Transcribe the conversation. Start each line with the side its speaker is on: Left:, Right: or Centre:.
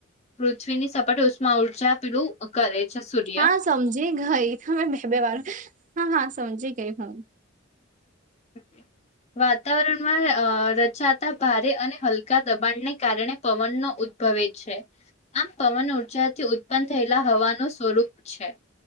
Left: પૃથ્વીની સપાટી ઉષ્મા ઊર્જા પીડું કરે છે સૂર્ય
Right: હા સમજી ગઈ તમે બે બે વાર હા હા સમજી ગઈ હું.
Left: અ. વાતાવરણમાં અ રચાતા ભારે અને હલકા દબાણને કારણે પવનનો. ઉદભવે છે આમ પવન ઉર્જાથી ઉત્પન્ન થયેલા હવાનું સ્વરૂપ છે.